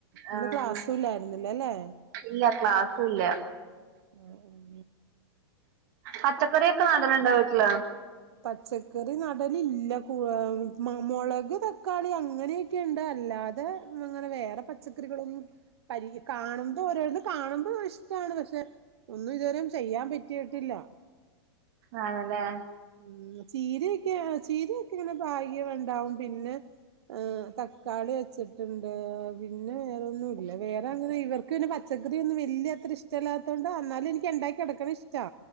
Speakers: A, on the right; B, on the right.
A: ഇന്ന്
B: ആഹ്
A: ക്ലാസുല്ലായിരുന്നില്ല ലെ
B: ഇല്ല ക്ലാസുല്ല
A: ആഹ് ഉം
B: പച്ചക്കറി ഒക്കെ നടൽ ഉണ്ടോ വീട്ടിൽ
A: പച്ചക്കറി നടലില്ല കുറ മുളക് തക്കാളി അങ്ങനെ ക്കെണ്ട് അല്ലാതെ അങ്ങനെ വേറെ പച്ചക്കറികളൊന്നും പരില് കാണുമ്പോൾ ഒരാൾത് കാണുമ്പോ ഇഷ്ടമാണ് പക്ഷെ ഒന്നും ഇതുവരും ചെയ്യാൻ പറ്റിയിട്ടില്ല
B: ആണല്ലേ
A: ഉം ചീരയൊക്കെ ചീരയക്കെ ഇങ്ങനെ പാഗ്യംണ്ടാവും പിന്നെ ആ തക്കാളി വച്ചിട്ടുണ്ട് പിന്നെ വേറെൊന്നുംല്ല വേറെ അങ്ങനെ ഇവർ ക്ക് പച്ചക്കറി ഒന്നും വലിയ അത്ര ഇഷ്ടല്ലാത്തോണ്ട് എന്നാലും എനിക്ക് ഉണ്ടാക്കി കൊടുക്ക്ണേ ഇഷ്ട്ടാ